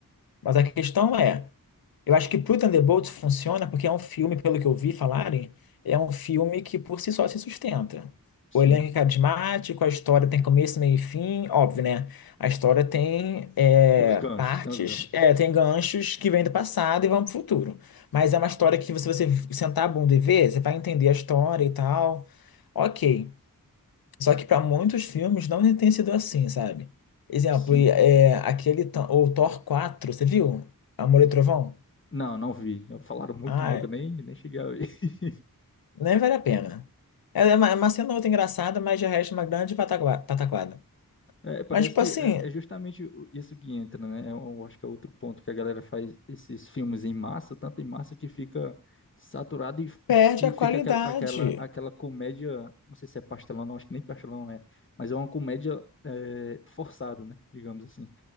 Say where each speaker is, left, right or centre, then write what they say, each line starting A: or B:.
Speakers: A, on the left (about 80°); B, on the left (about 35°).
A: Mas a questão é, eu acho que pro Thunderbolts funciona porque é um filme, pelo que eu vi falarem, é um filme que por si só se sustenta.
B: sim.
A: O elenco é carismático, a história tem começo, meio e fim, óbvio, né? A história tem é,
B: Os ganchos,
A: partes,
B: tem os ganchos.
A: é, tem ganchos que vêm do passado e vão pro futuro. Mas é uma história que, se você sentar a bunda e ver, você vai entender a história e tal. Ok. Só que para muitos filmes não tem sido assim, sabe? Exemplo,
B: Sim.
A: e, é, aquele, Thor- o Thor 4, você viu? Amor e Trovão?
B: Não, não vi. Falaram muito
A: Ah,
B: mal que eu nem, nem cheguei a ver. <laughs>
A: Nem vale a pena. Ela é uma, é uma cena outra engraçada, mas de resto é uma grande patagua- pataquada.
B: É, parece
A: Mas, tipo
B: que
A: assim,
B: é é justamente o- isso que entra, né? Eu eu acho que é outro ponto que a galera faz esses filmes em massa, tanto em massa que fica saturado e,
A: perde
B: e,
A: a
B: e fica
A: qualidade.
B: aquela, aquela, aquela comédia. Não sei se é pastelão, não, acho que nem pastelão, né? Mas é uma comédia é, forçada, né? Digamos assim.